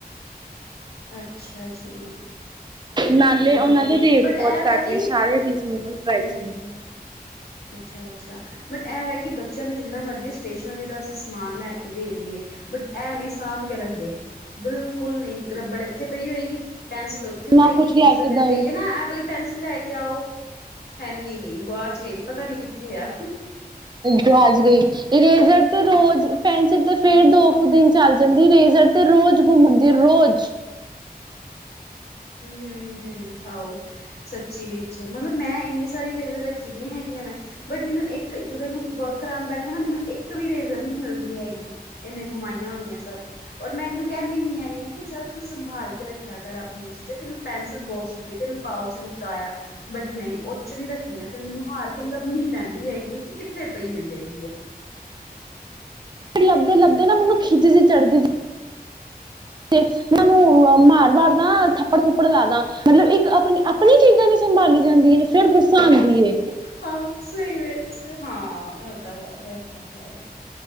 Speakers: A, on the left (about 85°); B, on the right (about 30°).
A: ਅੱਛਾ ਜੀ
B: ਨਾਲੇ
A: ਵਧੀਆ
B: ਉਹਨਾਂ
A: ਹੈ
B: ਦੇ ਰੇਟ
A: ਬਟ
B: ਬਹੁਤ
A: ਇਹ ਵੈ
B: ਘੱਟ
A: ਕਿ
B: ਨੇ ਸਾਰੇ
A: ਹੂੰ
B: ਰੀਜ਼ਨੇਬਲ ਪ੍ਰਾਈਸ ਨੇ।
A: ਅੱਛਾ ਅੱਛਾ ਬਟ ਇਹ ਵੈ ਕਿ ਬੱਚਿਆਂ ਨੂੰ ਜਿੰਨਾ ਮਰਜ਼ੀ ਸਟੇਸ਼ਨਰੀ ਦਾ ਅਸੀਂ ਸਮਾਨ ਲੈ ਕੇ ਦੇ ਦੇਈਏ ਬਟ ਇਹ ਨਹੀਂ ਸਾਂਭ ਕੇ ਰੱਖਦੇ ਹੈਗੇ ਬਿਲਕੁਲ ਨਹੀਂ ਰੱਬੜ ਇੱਥੇ ਪਈ ਹੋਏਗੀ ਪੈਨਸਿਲ ਉੱਥੇ ਹੋਏਗੀ
B: ਨਾ ਕੁਛ
A: ਦੂਸਰੇ
B: ਲੈ ਕੇ
A: ਦਿਨ
B: ਦਈ
A: ਕਹੀਏ ਨਾ ਇਹ ਵਾਲੀ ਪੈਨਸਿਲ ਲੈ ਕੇ ਆਓ ਹੈਨੀ ਗਈ ਗੁਆ ਚ ਗਈ। ਪਤਾ ਨੀ ਕਿੱਥੇ ਆ
B: ਗਵਾਚ ਗਈ ਇਰੇਜ਼ਰ ਤੇ ਰੋਜ਼ ਪੈਨਸਿਲ ਤੇ ਫੇਰ ਦੋ ਕੁ ਦਿਨ ਚੱਲ ਜਾਂਦੀ ਰੇਜ਼ਰ ਤੇ ਰੋਜ਼ ਘੁੰਮ ਹੁੰਦੀ ਰੋਜ਼
A: ਹੂੰ ਹੂੰ ਹੂੰ ਹੂੰ ਆਓ ਸੱਚੀ ਵੀ ਅੱਛਾ ਮਤਲਬ ਮੈਂ ਇੰਨੀ ਸਾਰੀ ਰੇਜ਼ਰ ਰੱਖੀ ਦੀਆਂ ਹੈਗੀਆਂ ਮੈਂ ਬਟ ਮੈਨੂੰ ਇੱਕ ਜਦੋਂ ਇਹਨੂੰ ਵਰਕ ਕਰਾਉਣ ਬੈਠਾ ਨਾ ਮੈਨੂੰ ਇੱਕ ਵੀ ਰੇਜ਼ਰ ਨੀ ਮਿਲਦੀ ਹੈਗੀ ਇਹਨੇ ਗੁਮਾਈਆਂ ਹੁੰਦੀਆਂ। ਸਭ ਔਰ ਮੈਂ ਇਹਨੂੰ ਕਹਿੰਦੀ ਵੀ ਹੈਗੀ ਆ ਕਿ ਚੱਲ ਤੂੰ ਸੰਭਾਲ ਕੇ ਰੱਖਿਆ ਕਰ ਆਪ ਜੇ ਤੈਨੂੰ ਪੈਨਸਿਲ ਬੋਕਸ ਦਿੱਤੀ ਤੈਨੂੰ ਪਾਊਚ ਦਿੱਤਾ ਹੋਇਆ ਬੱਚੇ ਨਹੀਂ ਉਹੱ ਚ ਨੀ ਰੱਖਣੀਆਂ ਫੇਰ ਮੈਨੂੰ ਹਾਰ ਕੇ ਲੱਭਣੀ ਪੈਂਦੀ ਹੈਗੀ ਹੈ ਕਿ ਕਿੱਥੇ ਪਈ ਹੋਈ ਹੈ। ਕਿ ਹੈ
B: ਲੱਭਦੇ ਲੱਭਦੇ ਨਾ ਮੈਨੂੰ ਖਿੱਚ ਜ ਚੜਦੀ ਜ ਤੇ ਮੈਨੂੰ ਮਾਰ ਮਾਰਦਾ ਥੱਪੜ ਥੁੱਪੜ ਲਾ ਦ ਮਤਲਬ ਇੱਕ ਆਪਣੀ ਆਪਣੀ ਚੀਜ਼ਾਂ ਦੀ ਸੰਭਾਲੀ ਜਾਂਦੀ ਹੈ ਫੇਿਰ ਗੁੱਸਾ ਆਉਂਦੀ ਹੈ
A: ਹਾਂ ਸਹੀ ਵਿੱਚ ਹਾਂ ਇਹ ਤਾਂ ਹੈ ਇਹ ਤਾਂ ਹੈ